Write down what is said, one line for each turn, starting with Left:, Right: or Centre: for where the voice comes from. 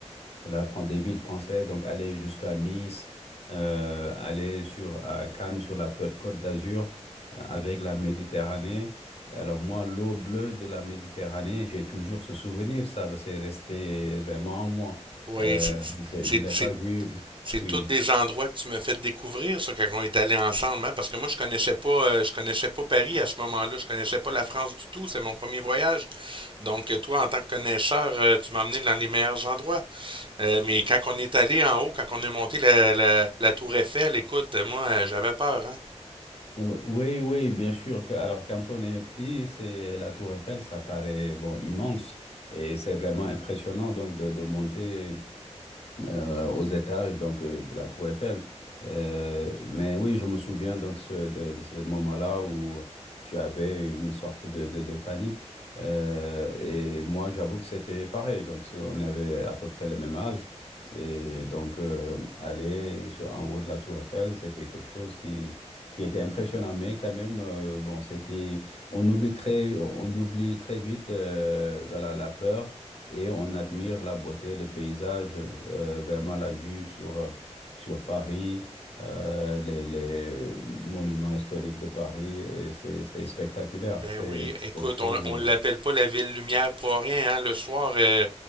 Left: la Fran- des villes françaises, donc aller jusqu'à Nice, euh, aller sur à Cannes, sur la pe- Côte d'Azur, euh, avec la Méditerranée. Alors moi, l'eau bleue de la Méditerranée, j'ai toujours ce souvenir, ça, c'est resté vraiment en moi.
Right: Oui,
Left: Euh,
Right: c'est
Left: je ne
Right: c'est-
Left: l'ai
Right: c'est-
Left: pas vu.
Right: c'est
Left: Oui.
Right: tous des endroits que tu me fais découvrir, ça, quand on est allé ensemble, hein, parce que moi, je connaissais pas, euh, je connaissais pas Paris à ce moment-là, je connaissais pas la France du tout, c'est mon premier voyage. Donc, euh, toi, en tant que connaisseur, euh, tu m'as emmené dans les meilleurs endroits. Euh, mais quand on est allé en haut, quand on est monté la, la- la tour Eiffel, écoute, moi, euh, j'avais peur, hein.
Left: Oui, oui, bien sûr. que- Alors, quand on est petit, c'est la Tour Eiffel, ça paraît bon immense et c'est vraiment impressionnant donc de, de monter. euh, aux étages donc euh, de la Tour Eiffel. Euh, mais oui, je me souviens donc ce- de, de ce moment-là où tu avais une sorte de, de, de panique. Euh, et moi, j'avoue que c'était pareil. Donc, c'est- on avait à peu près le même âge. Et donc, euh, aller sur, en haut de la Tour Eiffel, c'était quelque chose qui, qui était impressionnant. Mais quand même, euh, bon, c'est qu'on oublie très, on oublie très vite euh, voilà, la peur et on admire la beauté, le paysage, euh, vraiment la vue sur, euh, sur Paris, euh, les, les monuments historiques de Paris. et C'est c'est spectaculaire.
Right: Ben
Left: C'est
Right: oui,
Left: c'est
Right: écoute,
Left: quelque chose.
Right: on, on
Left: euh,
Right: l'appelle pas la ville lumière pour rien, hein. Le soir, euh,